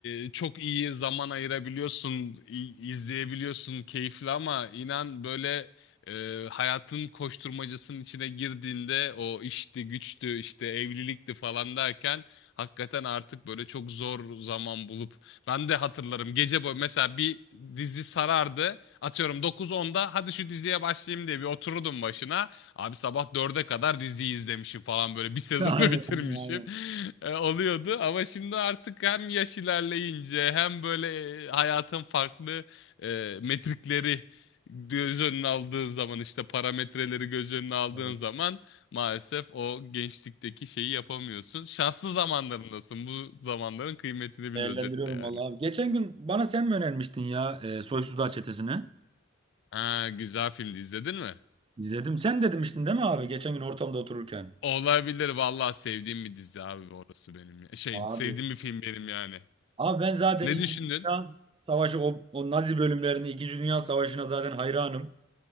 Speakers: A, on the left; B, on the right.
A: e, çok iyi zaman ayırabiliyorsun, i- izleyebiliyorsun keyifli ama inan böyle e, hayatın koşturmacasının içine girdiğinde o işti, güçtü, işte evlilikti falan derken hakikaten artık böyle çok zor zaman bulup ben de hatırlarım gece boyu mesela bir dizi sarardı atıyorum 9-10'da hadi şu diziye başlayayım diye bir otururdum başına. Abi sabah dörde kadar dizi izlemişim falan böyle bir sezonu
B: <laughs> Aynen
A: <laughs> bitirmişim.
B: aynen.
A: E, oluyordu ama şimdi artık hem yaş ilerleyince hem böyle e, hayatın farklı e, metrikleri göz önüne aldığın zaman işte parametreleri göz önüne aldığın
B: Evet.
A: zaman maalesef o gençlikteki şeyi yapamıyorsun. Şanslı zamanlarındasın. Bu zamanların kıymetini bil
B: Değerlendiriyorum
A: özetle yani.
B: vallahi. abi. Geçen gün bana sen mi önermiştin ya e, Soysuzlar Çetesi'ni?
A: Ha, güzel filmdi izledin mi?
B: İzledim. Sen de demiştin değil mi abi? Geçen gün ortamda otururken.
A: Olabilir vallahi sevdiğim bir dizi abi orası benim. ya. Şey
B: Abi
A: sevdiğim bir film benim yani.
B: Abi ben zaten
A: Ne
B: İkinci
A: düşündün?
B: Dünya Savaşı o, o Nazi bölümlerini İkinci Dünya Savaşı'na zaten hayranım.